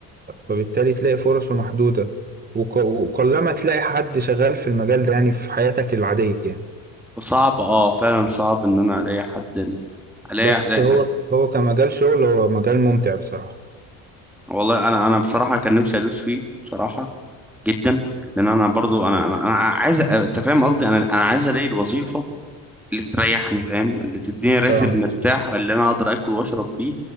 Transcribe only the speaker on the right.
فبالتالي تلاقي فرصه محدودة وق... وقلما تلاقي حد شغال في المجال ده يعني في حياتك العادية
بس
هو هو كمجال شغل هو مجال ممتع بصراحة
فاهم